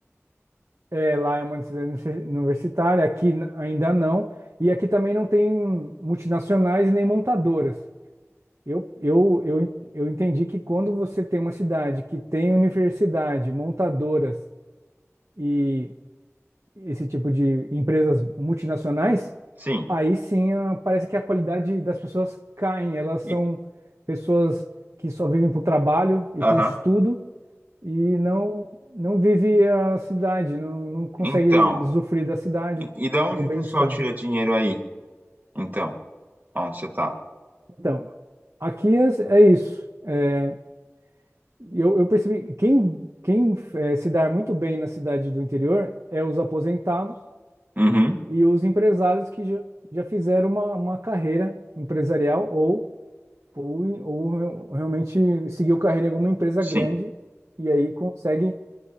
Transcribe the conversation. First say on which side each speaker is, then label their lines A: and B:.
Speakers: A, on the right; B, on the right.
A: É, lá é uma cidade universi- universitária, aqui n- ainda não. E aqui também não tem multinacionais e nem montadoras. Eu, eu, eu, eu entendi que quando você tem uma cidade que tem universidade, montadoras e esse tipo de empresas multinacionais,
B: Sim.
A: aí sim ah, parece que a qualidade das pessoas cai. Elas
B: E,
A: são pessoas que só vivem para o trabalho e
B: aham.
A: para o estudo e não, não vive a cidade, não, não consegue
B: Então,
A: usufruir da cidade,
B: e, e da onde
A: do bem-estar.
B: o pessoal tira dinheiro aí? Então, onde você tá?
A: Então, aqui é, é isso. É, eu, eu percebi que quem, quem eh, se dá muito bem na cidade do interior é os aposentados
B: Uhum,
A: e os empresários que já, já fizeram uma, uma carreira empresarial ou, ou, ou re- realmente seguiu carreira em alguma empresa
B: sim.
A: grande e aí consegue